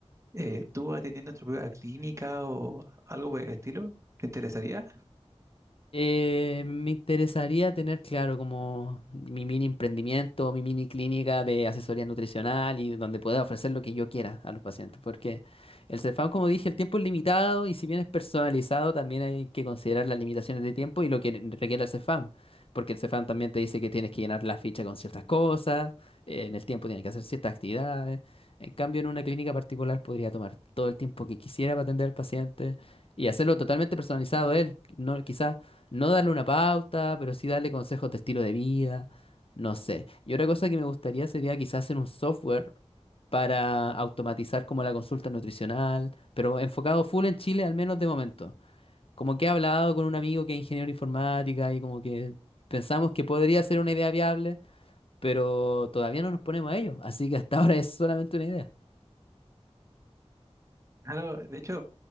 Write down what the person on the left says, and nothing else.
Eh, me interesaría tener claro como mi mini emprendimiento, mi mini clínica de asesoría nutricional y donde pueda ofrecer lo que yo quiera a los pacientes, porque el Cefam, como dije, el tiempo es limitado y si bien es personalizado, también hay que considerar las limitaciones de tiempo y lo que requiere el Cefam, porque el Cefam también te dice que tienes que llenar la ficha con ciertas cosas, eh, en el tiempo tienes que hacer ciertas actividades. En cambio, en una clínica particular podría tomar todo el tiempo que quisiera para atender al paciente y hacerlo totalmente personalizado a él. No, quizás no darle una pauta, pero sí darle consejos de estilo de vida, no sé. Y otra cosa que me gustaría sería quizás hacer un software para automatizar como la consulta nutricional, pero enfocado full en Chile, al menos de momento. Como que he hablado con un amigo que es ingeniero de informática y como que pensamos que podría ser una idea viable, pero todavía no nos ponemos a ello, así que hasta <laughs> ahora es solamente una idea.